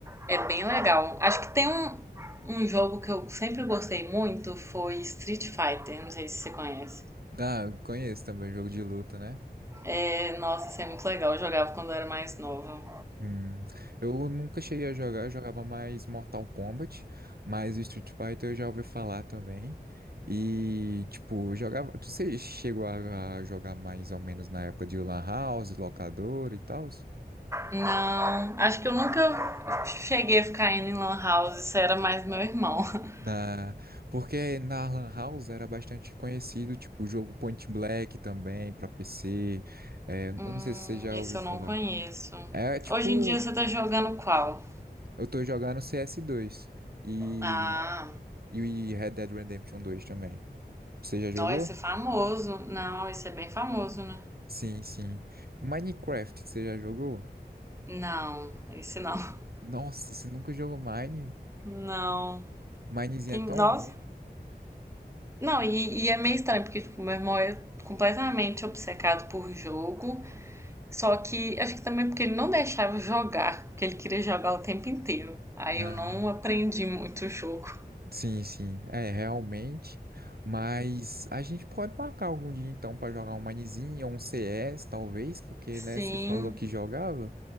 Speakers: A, on the right (about 15°); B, on the right (about 65°).
A: É bem legal. Acho que tem um, um jogo que eu sempre gostei muito foi Street Fighter, não sei se você conhece.
B: Ah, eu conheço também, jogo de luta, né?
A: É, nossa, isso é muito legal, eu jogava quando eu era mais nova.
B: Hum, eu nunca cheguei a jogar, eu jogava mais Mortal Kombat, mas o Street Fighter eu já ouvi falar também. E, tipo, eu jogava. Você chegou a a jogar mais ou menos na época de Lan House, locador e tal?
A: Não, acho que eu nunca cheguei a ficar indo em Lan House, isso era mais meu irmão. <laughs>
B: Na... Porque na Lan House era bastante conhecido, tipo, o jogo Point Blank também, pra PC. É, eu
A: Hum,
B: não sei se você já
A: esse
B: ouviu falar.
A: eu não conheço.
B: É tipo,
A: Hoje em dia você tá jogando qual?
B: eu tô jogando cs dois e,
A: Ah,
B: e Red Dead Redemption dois também. Você já jogou?
A: não, esse é famoso. Não, esse é bem famoso, né?
B: Sim, sim. Minecraft, você já jogou?
A: Não, esse não. <laughs>
B: Nossa, você nunca jogou Mine?
A: Não.
B: Minezinho
A: Tem,
B: é tão
A: nossa,
B: bom.
A: Não, e, e é meio estranho, porque, tipo, meu irmão é completamente obcecado por jogo. Só que acho que também porque ele não deixava eu jogar, porque ele queria jogar o tempo inteiro. Aí
B: Ah.
A: eu não aprendi muito o jogo.
B: Sim, sim, é realmente. Mas a gente pode marcar algum dia então para jogar um Minezinho ou um CS, talvez, porque
A: Sim,
B: né, você falou que jogava.